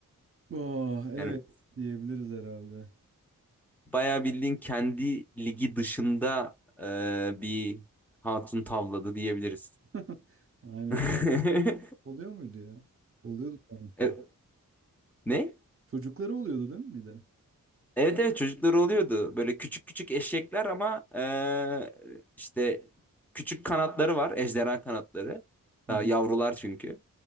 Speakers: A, on the right; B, in the centre.
A: Oh, evet
B: Yani
A: diyebiliriz herhalde.
B: bayağı bildiğin kendi ligi dışında eee, bir hatun tavladı diyebiliriz.
A: <laughs> Aynen
B: <laughs>
A: çok oluyor muydu ya? Oluyordu sanki.
B: E, Ne?
A: Çocukları oluyordu değil mi bir de?
B: Evet evet çocukları oluyordu. Böyle küçük küçük eşekler ama eee, işte küçük kanatları var. Ejderha kanatları.
A: Hı
B: Daha
A: hı.
B: yavrular çünkü.